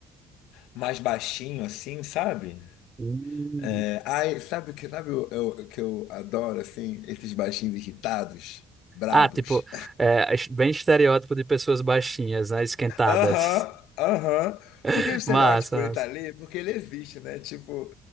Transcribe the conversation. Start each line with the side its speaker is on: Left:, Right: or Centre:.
Left: mais baixinho assim, sabe?
Right: Hum.
Left: É, ai, sabe o que sabe o, o- o que eu adoro assim, esses baixinhos irritados, brabos.
Right: Ah, tipo, é, é es- bem estereótipo de pessoas baixinhas, né? Esquentadas.
Left: <laughs> Aham, aham.
Right: <laughs>
Left: Porque o estereótipo
Right: Massa,
Left: ele
Right: massa.
Left: tá ali, porque ele existe, né? Tipo,